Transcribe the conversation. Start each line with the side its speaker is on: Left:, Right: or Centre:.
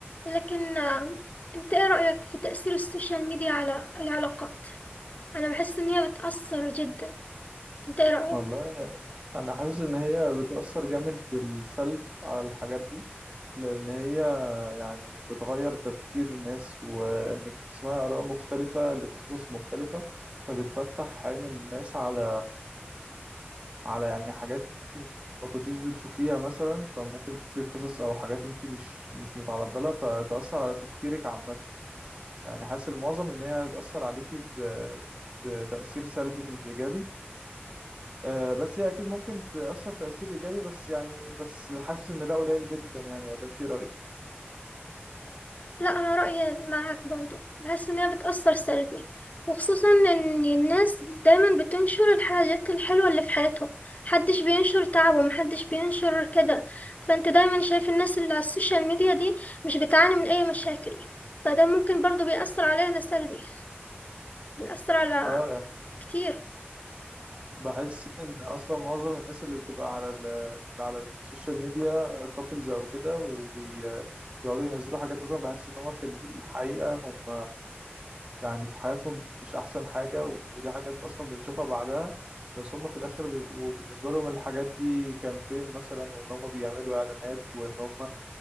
Left: لكن آم، انت ايه رأيك في تأثير السوشيال ميديا على العلاقات انا بحس ان هي بتأثر جدا انت ايه رأيك
Right: والله انا حاسس ان هي بتأثر جامد بالسلب على الحاجات دي لان هي يعني بتغير تفكير الناس وانك بتسمعي اراء مختلفة لقصص مختلفة فبتفتح عين الناس على على يعني حاجات انت ما كنتيش بتشوفيها مثلا فممكن تشوفي قصص او حاجات انت مش مش متعرضة لها فتأثر على تفكيرك عامة يعني حاسس المعظم ان هي هتأثر عليكي ب... بتأثير سلبي مش ايجابي آه، بس هي اكيد ممكن تاثر تاثير ايجابي بس يعني بس حاسس ان ده قليل جدا يعني ولا انت إيه رايك
Left: لا انا رأيي معاك برضو بحس ان هي بتأثر سلبي وخصوصا ان الناس دايما بتنشر الحاجات الحلوة اللي في حياتهم محدش بينشر تعبه محدش بينشر كده فانت دايما شايف الناس اللي على السوشيال ميديا دي مش بتعاني من اي مشاكل فده ممكن برضو بيأثر علينا سلبي بيأثر على
Right: اه يعني
Left: كتير
Right: بحس ان اصلا معظم الناس اللي بتبقى على ال- اللي على السوشيال ميديا كابلز او كده وبيقعدوا ينزلوا حاجات اصلا بحس ان هم في الحقيقه هم يعني في حياتهم مش أحسن حاجة و- ودي حاجات أصلا بنشوفها بعدها بس هم في الآخر بيبقوا بالنسبة لهم الحاجات دي كامبين مثلا وإن هم بيعملوا إعلانات وإن هم